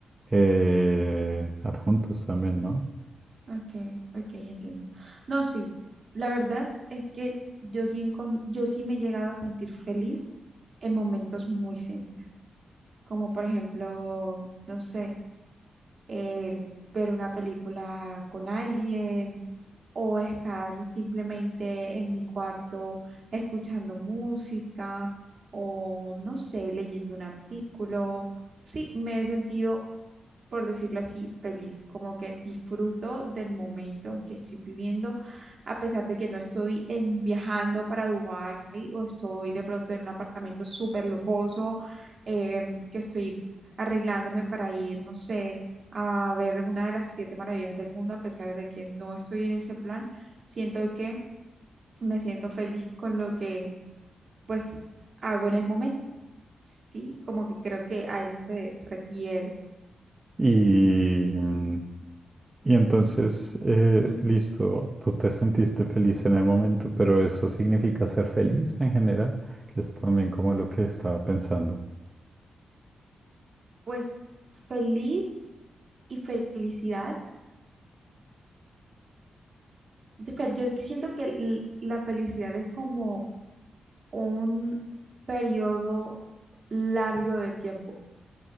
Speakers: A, on the right (about 30°); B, on the right (about 60°).
A: eh, adjuntos también, ¿no?
B: Okay, okay, entiendo. No, sí, la verdad es que yo sí, encon- yo sí me he llegado a sentir feliz en momentos muy simples, como por ejemplo, no sé, eh, ver una película con alguien o estar simplemente en mi cuarto escuchando música o, no sé, leyendo un artículo. Sí, me he sentido por decirlo así, feliz, como que disfruto del momento en que estoy viviendo, a pesar de que no estoy en, viajando para Dubái o estoy de pronto en un apartamento súper lujoso, eh, que estoy arreglándome para ir, no sé, a ver una de las siete maravillas del mundo, a pesar de que no estoy en ese plan, siento que me siento feliz con lo que pues hago en el momento, ¿sí? Como que creo que a eso se refiere.
A: Y, mm, y entonces, eh,
B: Ujú.
A: listo, tú te sentiste feliz en el momento, pero eso significa ser feliz en general, que es también como lo que estaba pensando.
B: Pues feliz y felicidad. de fel- Yo siento que l- la felicidad es como un periodo largo de tiempo,